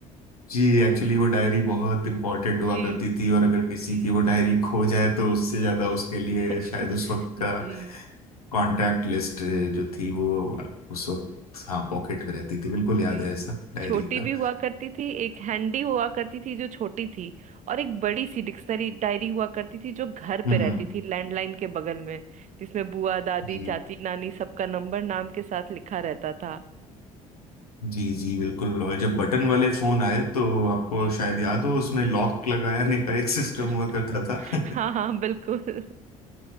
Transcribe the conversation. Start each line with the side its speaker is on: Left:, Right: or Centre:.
Left: जी एक्चुअली वो डायरी बहुत इम्पोर्टेंट हुआ
Right: जी
Left: करती थी और अगर किसी
Right: जी
Left: की वो डायरी खो जाए तो उससे ज्यादा उसके लिए
Right: <laughs>
Left: शायद उस वक्त
Right: जी
Left: का कांटेक्ट लिस्ट जो थी वो उस वक्त हाँ पॉकेट में रहती थी बिल्कुल
Right: जी
Left: याद है ऐसा डायरी
Right: छोटी
Left: का
Right: भी हुआ करती थी एक हैंडी हुआ करती थी जो छोटी थी और एक बड़ी सी डिक्शनरी डायरी हुआ करती थी जो घर
Left: हम्म
Right: पे रहती
Left: हम्म,
Right: थी लैंडलाइन के बगल में जिसमें बुआ दादी
Left: जी
Right: चाची नानी सबका नंबर नाम के साथ लिखा रहता था
Left: जी जी बिल्कुल और जब बटन वाले फोन आए तो आपको
Right: जी
Left: शायद याद हो उसमें लॉक लगाने का एक सिस्टम
Right: <laughs>
Left: हुआ करता था
Right: हाँ हाँ बिल्कुल <laughs>